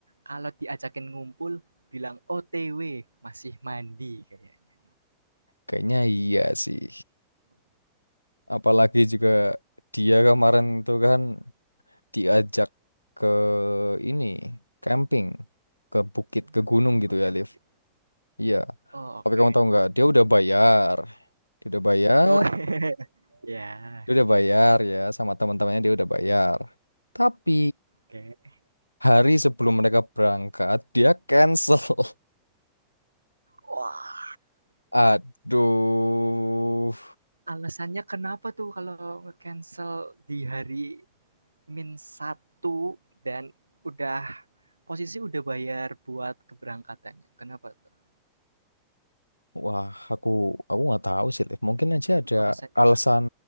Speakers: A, on the right (about 80°); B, on the left (about 85°).
A: kalau diajakin ngumpul bilang OTW, masih mandi kayaknya.
B: kayaknya iya sih. Apalagi juga dia kemarin itu kan diajak ke ini camping ke bukit
A: Gimana?
B: ke gunung
A: Oh,
B: gitu ya
A: camping.
B: Liv. Iya.
A: Oh,
B: Tapi
A: oke.
B: kamu tahu nggak? Dia udah bayar. Dia udah bayar.
A: Oke. <laughs> Ya,
B: Dia udah bayar ya sama teman-temannya dia udah bayar. Tapi
A: oke.
B: hari sebelum mereka berangkat dia cancel. <laughs>
A: Wah.
B: Aduh.
A: Alasannya kenapa tuh kalau nge-cancel di hari min satu dan udah posisi udah bayar buat keberangkatannya, kenapa tuh?
B: Wah, aku aku nggak tahu sih Liv. Mungkin aja
A: Untuk
B: ada
A: alasannya
B: alasan
A: Kakak